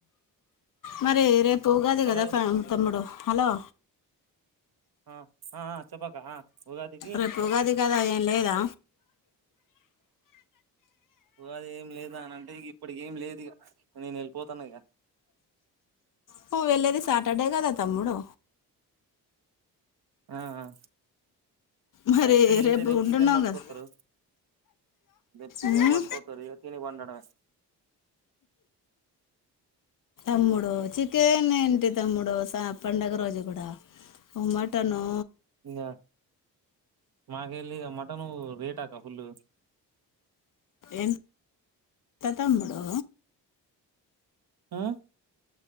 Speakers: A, on the left; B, on the right.
A: మరి రేప్ ఉగాది
B: హలో
A: కదా ఫ తమ్ముడు హలో
B: ఆ ఆ ఆ చెప్పక్క ఆ ఉగాదికి
A: రేపు ఉగాది కదా ఏం లేదా
B: ఉగాది ఏం లేదా అని అంటే ఇప్పుడు ఇగ ఏం లేదు ఇగ నేను వెళ్ళిపోతాను ఇగ
A: నువ్ వేల్లేది సటర్డే కదా తమ్ముడు
B: ఆ ఆ
A: మరి
B: అయితేగియితే రేపు
A: ఉంటున్నావు
B: చికెన్ పట్కోతారు
A: కదా
B: రేపు చికెన్
A: ఉమ్.
B: పట్కోతారు ఇగ తిని పండడమే
A: తమ్ముడు చికేన్ ఏంటి తమ్ముడు పండగ రోజు కూడా మటనో
B: ఇంగ మాకెల్లి ఇగ మటన్ రేటక్క ఫుల్
A: ఎం త తమ్ముడు
B: ఆ